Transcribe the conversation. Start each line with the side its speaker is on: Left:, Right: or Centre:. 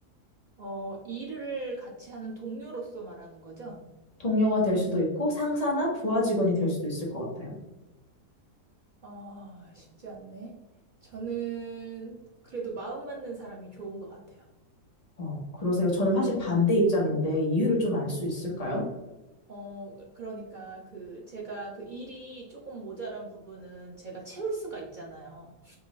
Right: 어, 일을 같이 하는 동료로서 말하는 거죠?
Left: 동료가 될 수도 있고 상사나 부하 직원이 될 수도 있을 것 같아요.
Right: 아, 쉽지 않네. 저는 그래도 마음 맞는 사람이 좋은 것 같아요.
Left: 어, 그러세요? 저는 사실 반대 입장인데 이유를 좀 알 수 있을까요?
Right: 어, 그러니까 그 제가 그 일이 조금 모자란 부분은 제가 채울 수가 있잖아요.